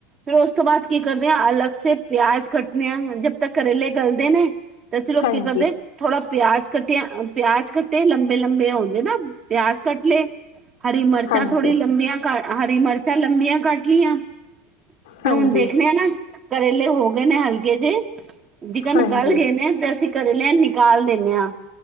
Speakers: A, on the right; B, on the left.
A: ਫਿਰ ਉਸ ਤੋਂ ਬਾਅਦ ਕੀ ਕਰਦੇ ਹਾਂ, ਅਲੱਗ ਸ ਪਿਆਜ ਕੱਟਣੇ ਆ ਜਬ ਤੱਕ ਕਰੇਲੇ ਗਲਦੇ ਨੇ, ਫੇਰ ਅਸ
B: ਹਾਂਜੀ
A: ਕੀ ਕਰਦੇ। ਥੋੜਾ ਪਿਆਜ ਕਟੀਆ ਪਿਆਜ ਕੱਟੇ ਲੰਬੇ-ਲੰਬੇ ਹੁੰਦੈ ਨਾ ਪਿਆਜ ਕੱਟ ਲਏ। ਹਰੀ ਮਿਰਚਾਂ
B: ਹਾਂਜੀ
A: ਥੋੜ੍ਹੀ ਲੰਬੀਆਂ ਕਾ ਹਰੀ ਮਿਰਚਾਂ ਲੰਬੀਆਂ ਕੱਟ ਲਈਆਂ। ਤੇ
B: ਹਾਂਜੀ
A: ਹੁਣ ਦੇਖਣੇ ਆ ਨਾ ਕਰੇਲੇ ਹੋ ਗਏ ਨੇ ਹਲਕੇ ਜਿਹੇ ਜਿਕਨ
B: ਹਾਂਜੀ
A: ਗਲ ਗਏ ਨੇ ਤੇ ਕਰੇਲੇਆ ਨਿਕਾਲ ਦੇਨੇ ਆ,